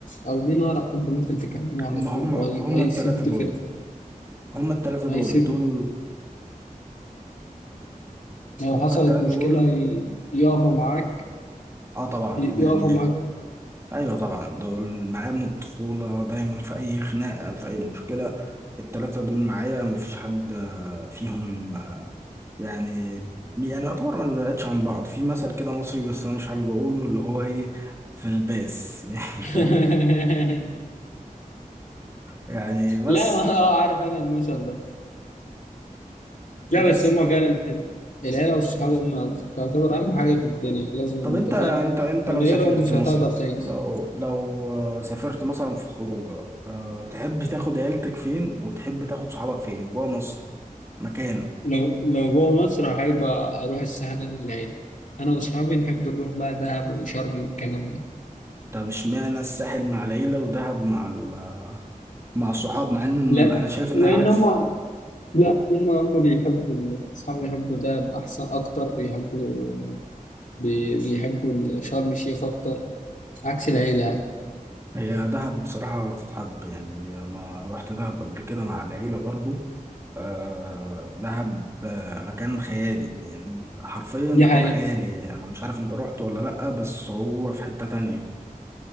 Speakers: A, on the left (about 65°); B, on the right (about 20°).
A: أو مين أقرب حد ممكن تكلمه على
B: هما
A: طول
B: هما
A: وهي-
B: هما
A: هيسد
B: التلاتة دول
A: في
B: هما التلاتة دول
A: هيسد
B: دول
A: لو
B: هما
A: حصلت
B: التلاتة
A: مشكلة
B: دول
A: ي- يقفوا معاك
B: اه طبعا
A: ي-
B: يعني
A: يقفوا معاك
B: ايوه طبعا دول معايا من الطفوله دايما في اي خناقه في اي مشكله التلاته دول معايا مفيش حد آه، فيهم آه، يعني يعني يعتبر ما نبعدش عن بعض في مثل كده مصري بس انا مش حابب اقوله اللي هو ايه في الباس <laughs> يعني فاهم
A: <laughs>
B: يعني بس
A: لا ما هو عارف أنا المثل ده لا
B: بس
A: بس هما
B: ط-
A: فعلا العيلة والصحاب هما تعتبر أهم حاجة في الدنيا لازم
B: طب
A: أنت
B: انت
A: فاهم
B: انت انت
A: من
B: لو
A: غيرهم
B: سافرت
A: مش
B: مثلا
A: هتقدر تعيش
B: لو لو آه، سافرت مثلا في خروجه آه، تحب تاخد عيلتك فين وتحب تاخد صحابك فين جوه مصر مكان
A: لو لو جوه مصر أحب أروح الساحل أنا والعيلة أنا وأصحابي نحب نروح بقى دهب وشرم والكلام ده
B: طب اشمعنى الساحل مع العيلة ودهب مع ال مع الصحاب مع ان
A: لا
B: انا شايف انها
A: لأن
B: العكس
A: هما لا هما هما بيحبوا ال- أصحابي بيحبوا دهب أحسن أكتر بيحبوا بي... بيحبوا ال- شرم الشيخ أكتر عكس العيلة يعني.
B: هي دهب بصراحة بتتحب يعني انا رحت دهب قبل كده مع العيلة برضو آه دهب آه مكان خيالي يعني حرفيا
A: دي
B: مكان
A: حقيقة
B: خيالي انا مش عارف انت رحت ولا لأ بس هو في حتة تانية